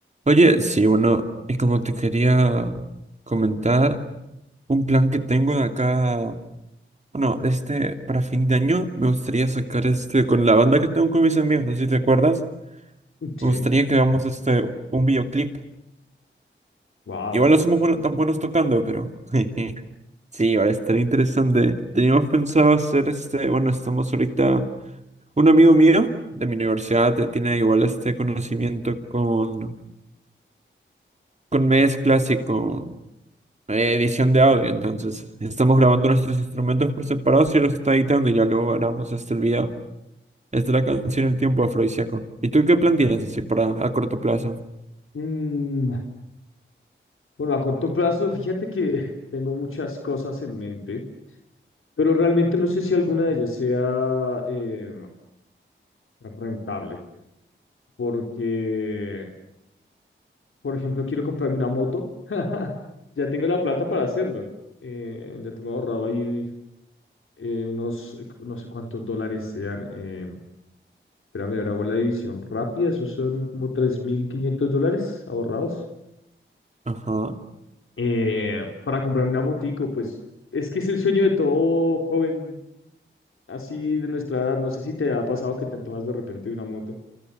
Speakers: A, on the right; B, on the left.
A: Oye, sí, bueno, y como te quería comentar, un plan que tengo de acá, bueno, este, para fin de año, me gustaría sacar este, con la banda que tengo con mis amigos, no sé si te acuerdas,
B: Sí,
A: me gustaría que hagamos este, un videoclip.
B: wow.
A: Igual no somos bueno- tan buenos tocando, pero <laughs> sí, ahora estaría interesante. Teníamos pensado hacer este, bueno, estamos ahorita, un amigo mío de mi universidad eh, tiene igual este conocimiento con, con mezclas y con eh, edición de audio. Entonces, estamos grabando nuestros instrumentos por separado y los está editando y ya luego grabamos este el video. Es de la canción El tiempo afrodisíaco. ¿Y tú qué plan tienes así para a corto plazo?
B: Mm, bueno, a corto plazo, fíjate que <laughs> tengo muchas cosas en mente, pero realmente no sé si alguna de ellas sea eh, rentable, porque, por ejemplo, quiero comprarme una moto. <laughs> Ya tengo la plata para hacerlo. Eh, ya tengo ahorrado ahí eh, unos, eh, no sé cuántos dólares sean. Eh, espera, a ver, hago la división rápida. Esos son como 3.500 dólares ahorrados.
A: Ajá.
B: eh, para comprarme una motico, pues es que es el sueño de todo joven así de nuestra edad. No sé si te ha pasado que te antojas de repente de una moto.